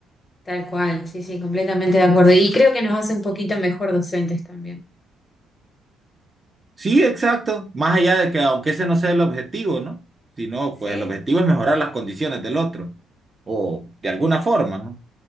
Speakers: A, on the left; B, on the right.
A: tal cual, sí, sí, completamente de acuerdo. Y creo que nos hace un poquito mejor docentes también.
B: Sí, exacto. Más allá de que aunque ese no sea el objetivo, ¿no? Sino,
A: Sí,
B: pues el objetivo es mejorar las condiciones del otro, o de alguna
A: seguro.
B: forma, ¿no?